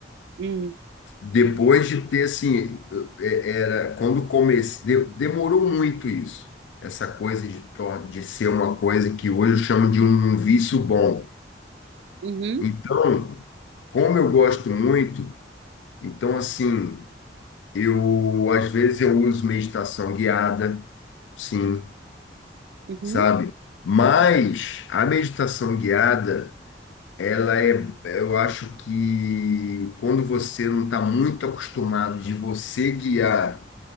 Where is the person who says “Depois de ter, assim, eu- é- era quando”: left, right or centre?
Left